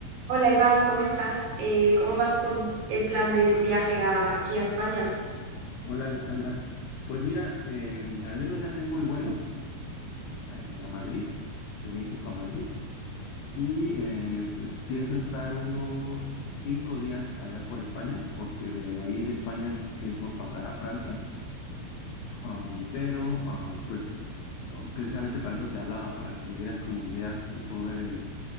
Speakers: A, on the right (about 60°); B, on the left (about 85°).
A: Hola Iván, ¿cómo estás? Eh, ¿cómo vas con el plan de tu viaje a- aquí a España?
B: Hola Alexandra, pues mira, eh, al menos ya tengo el vuelo eh, a Madrid, de México a Madrid, y eh, pues, pienso estar unos cinco días allá por España, porque de ahí de España pienso pasar a Francia, Am, pero ah, pues oh, precisamente para eso te hablaba, para que me dieras como ideas que puedo ver en,